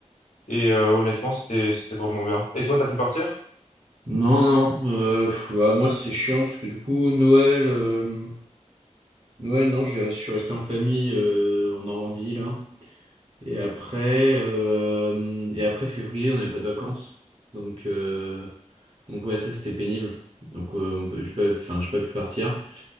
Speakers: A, on the left (about 75°); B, on the right (about 50°).
A: et euh, honnêtement c'était c'était vraiment bien. Et toi, t'as pu partir?
B: Non, non. euh, pff, bah, moi, c'est chiant parce que du coup, Noël, euh, Noël, non, j'ai- je suis resté en famille euh, en Normandie là. Et après, euh, et après février, on n'avait pas de vacances. Donc, euh, donc ouais, ça c'était pénible. Donc, euh, on peut, j'ai pas, enfin, j'ai pas pu partir.